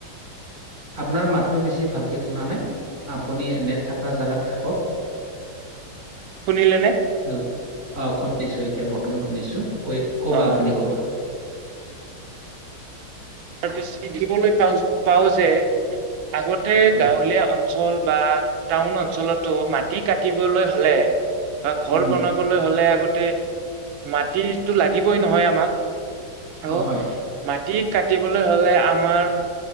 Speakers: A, on the right (about 40°); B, on the right (about 75°).
A: আপোনাৰ মাতটো বেছি ভালকে শুনা নাই, আপুনি নেট থকা জাগাত থাকক। <inaudible>
B: শুনিলে নে?
A: হেল্ল অ শুনিছো এতিয়া বৰ্তমান শুনিছো, কৈ কবা
B: অ
A: আপুনি কবা।
B: তাৰ পিছ <unintelligible> পা পাওঁ যে আগতে
A: হয়।
B: গাঁৱলীয়া অন অঞ্চল বা টাউন অঞ্চলতো মাটি কাটলৈ হলে বা ঘৰ
A: উম
B: বনা তললৈ হ'লে আগতে মাটিতো লাগিবই নহয় আমাক। আৰু
A: অ হয়
B: মাটি কাটিবলৈ হলে আমাৰ